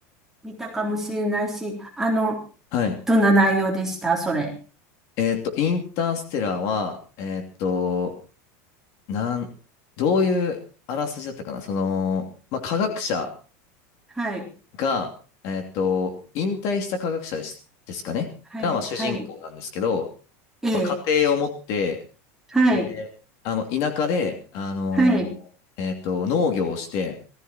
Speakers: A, in the centre; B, on the left.
A: 見たかもしれないし、あの、
B: はい。
A: どんな内容でしたそれ。
B: えーっと、インターステラーは、えーっと、なん、どういうあらすじだったかなその、まあ、科学者
A: はい。
B: が、えーっと、引退した科学者です、ですかねが、
A: はい、
B: まあ、主人公なんですけど、
A: はい、ええ、
B: まあ、家庭を持って、
A: はい、
B: で、あの、田舎で、あのーえーっと、
A: はい、
B: 農業をして、